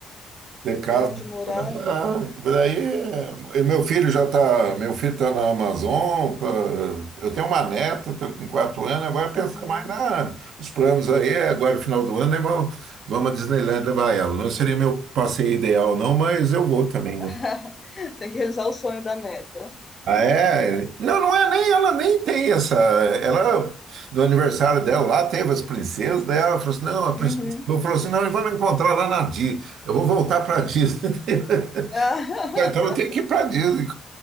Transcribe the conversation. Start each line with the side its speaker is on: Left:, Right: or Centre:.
Right: De casa.
Left: Ter onde morar,
Right: Ah, daí, é, e meu filho já tá, meu filho tá na Amazon, tá- eu tenho uma neta, tá com quatro anos, agora pensar
Left: uhum.
Right: mais na, os planos aí, é agora final do ano, né, vamos, vamos à Disneyland levar ela. Não seria meu passeio ideal não, mas eu vou também, né?
Left: <laughs> Tem que realizar o sonho da neta.
Right: Ah, é? Não, não é nem, ela nem tem essa, ela, no aniversário dela lá, teve as princesas, daí ela falou assim, não, a princesa,
Left: Uhum.
Right: eu falou assim, não, nós vamos encontrar lá na Disney, eu vou voltar para Disney. <laughs>
Left: <laughs>
Right: Então eu tenho que ir para Disney.